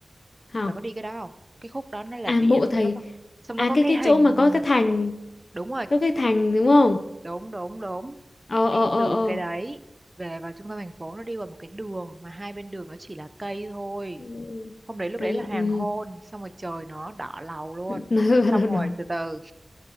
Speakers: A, on the left (about 65°); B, on the right (about 25°).
A: hảo
B: Bà có đi cái đó không? Cái khúc đó nó là
A: à
B: biển
A: mộ thầy
B: xong nó có xong
A: à
B: nó có
A: cái
B: cái
A: cái
B: hình
A: chỗ mà có cái thành
B: đúng rồi,
A: có cái thành đúng không
B: đúng đúng đúng.
A: ờ ờ ờ
B: Từ
A: ờ
B: cái đấy về vào trung tâm thành phố nó đi qua một cái đường mà hai bên đường nó chỉ là cây thôi.
A: Ừ,
B: Hôm đấy lúc
A: cái
B: đấy là hoàng
A: ừ.
B: hôn, xong rồi trời nó đỏ lầu luôn.
A: <laughs>
B: Xong rồi
A: Đó,
B: từ từ